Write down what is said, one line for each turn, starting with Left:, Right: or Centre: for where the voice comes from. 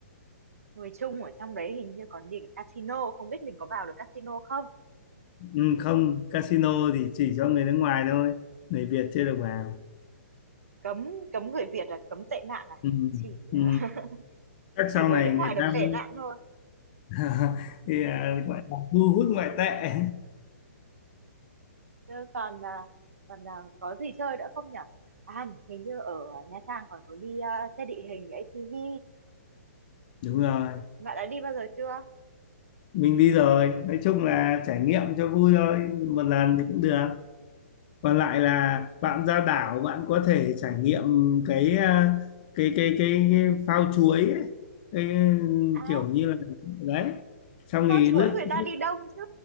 Right: người Trung ở trong đấy hình như còn đi cả casino không biết mình có vào được casino không
Left: ừ, không casino thì chỉ cho người nước ngoài thôi người Việt chưa được vào
Right: cấm cấm người Việt là cấm tệ nạn à
Left: ừ,
Right: chỉ
Left: ừ.
Right: <laughs>
Left: chắc
Right: chỉ
Left: sau
Right: người
Left: này
Right: nước
Left: người
Right: ngoài được
Left: ta
Right: tệ
Left: mới
Right: nạn thôi
Left: <laughs> thì à, gọi là thu hút ngoại tệ
Right: Chứ còn à, còn à, có gì chơi nữa không nhở? À, hình như ở Nha Trang còn có đi à, xe địa hình ATV. Ừ.
Left: đúng rồi
Right: Bạn đã đi bao giờ chưa?
Left: mình đi rồi nói chung là trải nghiệm cho vui thôi một lần thì cũng được còn lại là bạn ra đảo bạn có thể trải nghiệm cái à, cái cái cái, cái phao chuối ấy. cái
Right: À,
Left: kiểu như là đấy xong
Right: kho
Left: thì
Right: chuối
Left: lướt
Right: người ta đi đông chứ.